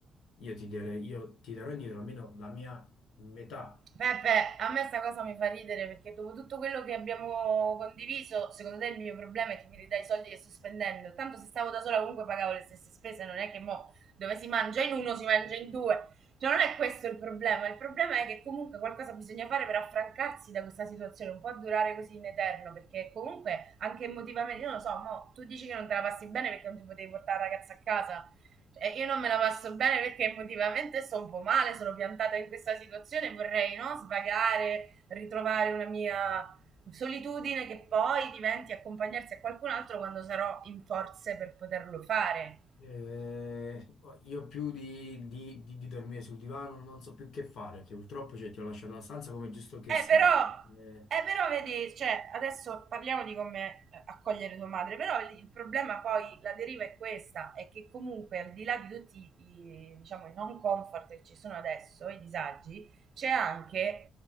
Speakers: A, on the left; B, on the right.
A: io ti darei- io ti darò indietro almeno la mia metà.
B: Peppe, a me sta cosa mi fa ridere perché dopo tutto quello che abbiamo condiviso, secondo te il mio problema è che mi ridai i soldi che sto spendendo. Tanto se stavo da sola comunque pagavo le stesse spese, non è che mo dove si mangia in uno si mangia in due. Cioè non è questo il problema, il problema è che comunque qualcosa bisogna fare per affrancarsi da questa situazione, non può durare così in eterno perché comunque anche emotivamente, io non lo so, mo tu dici che non te la passi bene perché non ti potevi portare la ragazza a casa, cioè, io non me la passo bene perché emotivamente sto un po' male, sono piantata in questa situazione, vorrei no, svagare, ritrovare una mia solitudine che poi diventi accompagnarsi a qualcun altro quando sarò in forze per poterlo fare.
A: Eh, io più di, di- di- di dormire sul divano non so più che fare, che purtroppo cioè, ti ho lasciato la stanza come è giusto che
B: Eh,
A: sia.
B: però,
A: Eh,
B: eh, però vedi, cioè, adesso parliamo di come eh, accogliere tua madre, però il il problema poi, la deriva è questa, è che comunque al di là di tutti i, diciamo, i non comfort che ci sono adesso, i disagi, c'è anche